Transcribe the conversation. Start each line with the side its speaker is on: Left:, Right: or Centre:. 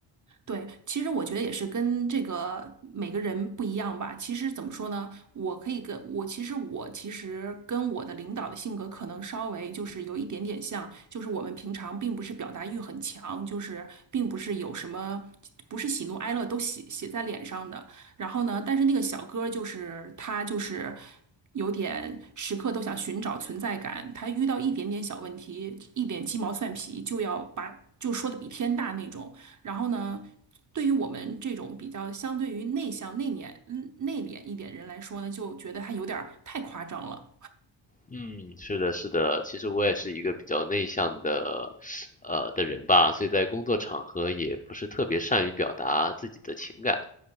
Right: 对，其实我觉得也是跟这个每个人不一样吧。其实怎么说呢，我可以跟我其实我其实跟我的领导的性格可能稍微就是有一点点像，就是我们平常并不是表达欲很强，就是并不是有什么不是喜怒哀乐都写写在脸上的。然后呢，但是那个小哥儿就是他就是有点时刻都想寻找存在感，他遇到一点点小问题，一点鸡毛蒜皮就要把就说的比天大那种。然后呢？对于我们这种比较相对于内向、内敛、嗯内敛一点人来说呢，就觉得还有点儿太夸张了。
Left: 嗯，是的，是的，其实我也是一个比较内向的，呃的人吧，所以在工作场合也不是特别善于表达自己的情感，